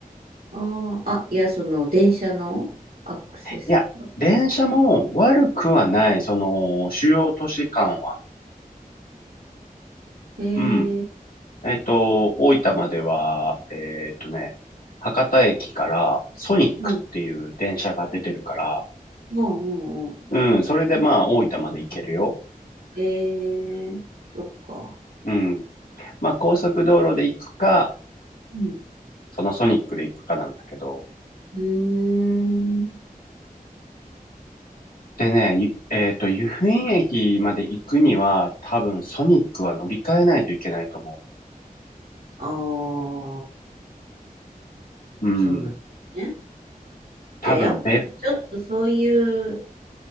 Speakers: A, on the right; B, on the left.
A: ああ、あ、いや、その、電車のアクセスが。
B: いや、
A: あ
B: 電車も悪くはない、その、主要都市間は。
A: あ、
B: うん。
A: ええ
B: えっと、大分までは、えっとね、博多駅からソニックっていう電車が出てるから、
A: もう、もう、も
B: うん、それでまあ大分まで行けるよ。
A: う、ええそっか。
B: うん。まあ高速道路で行くか、
A: うん。
B: そのソニックで行くかなんだけど、
A: うーん。
B: でね、ゆえっと、湯布院駅まで行くには、多分ソニックは乗り換えないといけないと思
A: ああ、
B: う。うん。
A: そうなんですね。
B: 多分べ、
A: じゃあ、やっぱ、ちょっとそういう、